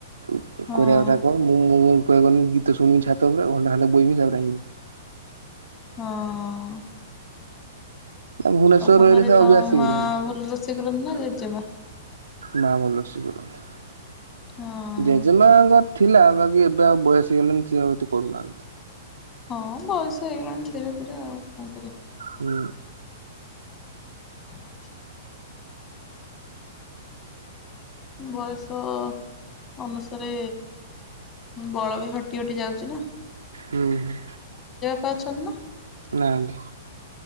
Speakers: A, on the right; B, on the left.
A: ୁ
B: ହଁ।
A: କରିବା କଥା କ ମୁ ମୁୁର କରନି ଗୀତ ଶୁଣିବି ଛାତ ଉପରେ। ଘଟା ବୋଇମି ତାପରେ ଆଇି
B: ହଁ।
A: ଭୁବନେଶ୍ୱର
B: ତମ
A: ରହି
B: ଘରେ
A: ରହି ସେ
B: ତ
A: ଅଭ୍ୟାସ
B: ମା
A: ହେଇଗଲାଣି
B: ଭଲ ରୋଷେଇ କରନ୍ତି ନା ଜେଜେମା।
A: ମା ବଲ ଶ କରନ୍ତ।
B: ହଁ
A: ଜେଜେମା ଆଗତ। ଥିଲା ବାକି ଏବେ ଆଉ ବୟସ ହେଇଗଲାଣି ସେଏ ହଏତ କରୁନାହାନ୍ତି।
B: ହଁ ବୟସ ହେଇଗଲାଣି ଧୀରେ ଧୀରେ ଆଉ କଣ କରିବା।
A: ହୁଁ।
B: <inaudible> ବୟସ ଅନୁସାରେ ବଳ ବି ହଟି ହଟି ଯାଉଛି ନା।
A: ହୁଁ ହୁଁ
B: ପା ଅଛନ୍ତି ନା
A: ନାହାନ୍ତି।